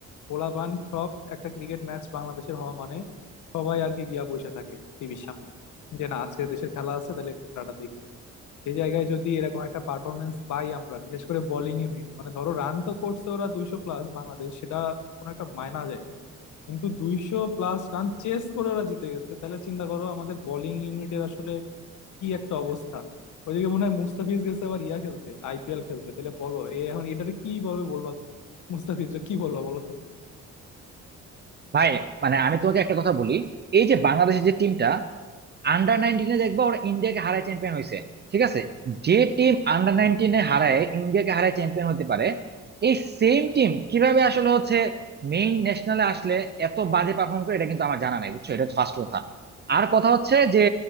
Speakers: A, on the left; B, on the right.
A: পোলাপান সব একটা ক্রিকেট ম্যাচ বাংলাদেশের হওয়া মানে সবাই আর কি গিয়া বসে থাকে টিভির সামনে যে না আজকে দেশের খেলা আছে তাহলে একটু খেলাটা দেখি সেই জায়গায় যদি এরকম একটা পারফরমেন্স পাই আমরা বিশেষ করে বোলিং ইউনিট মানে ধরো রান তো করছে ওরা দুইশো প্লাস বাংলাদেশ সেটা কোনো একটা মায়না যায় কিন্তু দুইশো প্লাস রান চেস করে ওরা জিতে গেছে তাহলে চিন্তা করো আমাদের বোলিং ইউনিটের আসলে কি একটা অবস্থা ওইদিকে মনে হয় মুস্তাফিজ গেছে আবার ইয়া খেলতে আইপিএল খেলতে তাহলে বলো এ এখন এটারে কি ভাবে বলবা তুমি মুস্তাফিজরা কি বলবা বলো তো
B: ভাই মানে আমি তোমাকে একটা কথা বলি এই যে বাংলাদেশের যে টিমটা আন্ডার নাইনটিনে দেখবা ওরা ইন্ডিয়াকে হারায় চ্যাম্পিয়ন হয়েছে ঠিক আছে যে টিম আন্ডার নাইনটিনে হারায় ইন্ডিয়াকে হারায় চ্যাম্পিয়ন হতে পারে এই সেম টিম কিভাবে আসলে হচ্ছে মেইন ন্যাশনালে আসলে এত বাজে পারফর্ম করে এটা কিন্তু আমার জানা নাই বুঝছো এটা হচ্ছে ফার্স্ট কথা আর কথা হচ্ছে যে